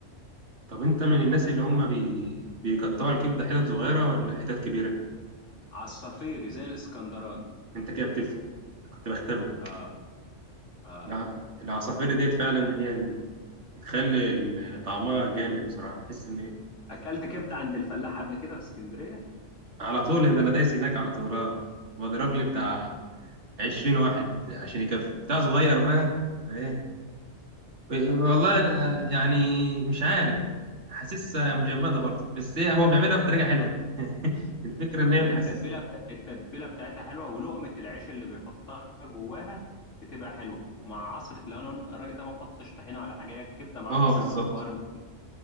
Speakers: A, on the right; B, on the left.
A: طب انت من الناس اللي هم بي... بيقطعوا الكبده حتت صغيره ولا حتت كبيره
B: عصافيري زي الاسكندراني
A: انت كده بتفهم أنا كنت بختبرك
B: اه اه
A: الع... العصافير ديت فعلا هي اللي بتخلي ال- طعمها جامد بصراحه بحس ان إيه؟
B: اكلت كبده عند الفلاح قبل كده في اسكندريه
A: على طول ده انا دايس هناك على طول اه بضرب لي بتاع 20 واحد عشان يكفي بتاع صغير بقى ايه والله أنا يعني مش عارف حاسسها مجمدة برضه بس هي هو بيعملها بطريقة حلوة <laughs> الفكرة ان هي
B: هي
A: بحسس
B: التتبيله بتا... التتبيله بتاعتها حلوه ولقمه العيش اللي بيحطها جواها بتبقى حلوه ومع عصره لو انا الراجل ده ما بحطش طحينه ولا حاجه هي الكبده معاها
A: اه
B: فص
A: بالظبط
B: ليمون وقرن فلفل